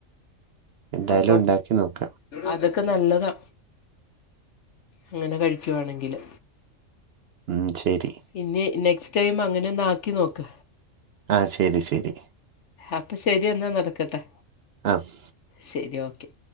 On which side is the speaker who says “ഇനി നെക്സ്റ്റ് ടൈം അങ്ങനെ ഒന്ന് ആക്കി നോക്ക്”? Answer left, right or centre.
Left